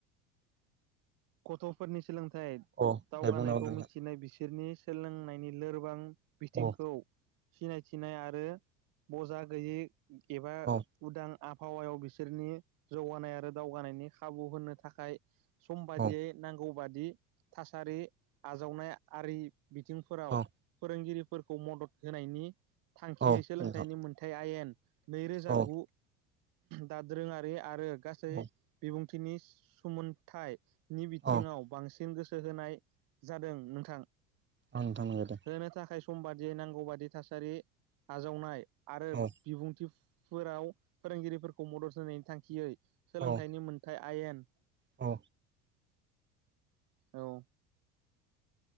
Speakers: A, on the right; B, on the right.
A: गथफोरनि सोलोंथाइ
B: औ
A: दावगानायखौ
B: दे बुंनांगौ नोंथां
A: मिथिनाय बिसोर बिसोरनि सोलोंनायनि लोरबां बिथिंखौ
B: औ
A: सिनायथिनाय आरो बजा गैयै एबा
B: औ
A: उदां आफ आबहावायाव बिसोरनि जौगानाय आरो दावगानायनि खाबु होनो थाखाय बायदियै
B: औ
A: नांगौ बादि थासारि आजावनाय आरि बिथिंफोराव
B: औ
A: फोरोंगिरिफोरखौ मदद होनायनि थांखियै
B: औ
A: सोलोंथाइनि
B: नोंथां
A: मोनथाय आयेन नैरोजा
B: औ
A: गु दादोरोङारि आरो गासै
B: औ
A: बिबुंथिनि सोमनथाइ नि बिथिङाव
B: औ
A: बांसिन गोसो होनाय जादों नोंथां
B: औ नोंथां नंगौ दे
A: होनो थाखाय समबा जे नांगौ बादि थासारि आजावनाय आरो
B: औ
A: बिबुंथि फोराव फोरोंगिरिफोरखौ मदद होनायनि थांखियै सोलोंथाइनि
B: औ
A: मोनथाय आयेन
B: औ
A: औ